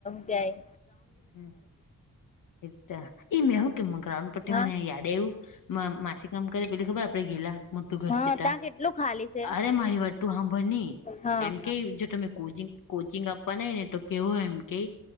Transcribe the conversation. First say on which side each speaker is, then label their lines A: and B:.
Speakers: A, on the left (about 25°); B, on the left (about 75°).
A: ક્યાય?
B: હમ, એત એઈ મેવુંકીમંગ્રઉન પટી
A: હા
B: મનેયા. દવ માસીક કામ કર બ ખબર આપ <unintelligible> ગેલા મોટું ઘર
A: હા
B: સતા
A: ત્યાં કેટલું ખાલી છે
B: અરે મારી વાત તું સાંભળ ની,
A: હા
B: એમ કે જો તમે કોચિંગ આપવા ન ને, તો કેવોય એમ કે